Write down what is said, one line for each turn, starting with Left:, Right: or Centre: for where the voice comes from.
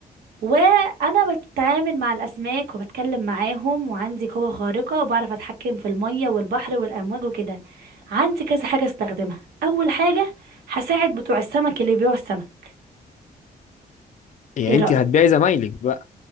Right: وانا بتعامل مع الاسماك وبتكلم معاهم وعندي قوة خارقة وبعرف اتحكم في المية والبحر والامواج وكده عندي كذا حاجة استخدمها اول حاجة هساعد بتوع السمك اللي بيبيعوا السمك
Left: يعني
Right: ايه رأيك
Left: انت هتبيعي زمايلك بقى